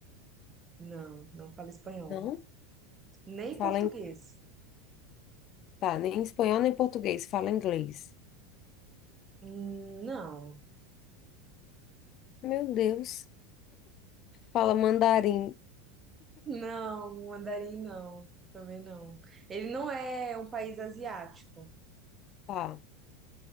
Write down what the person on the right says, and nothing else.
Não, não fala espanhol.
Nem
português.
Hum, Não,
não, mandarim não. Também não. Ele não é um país asiático.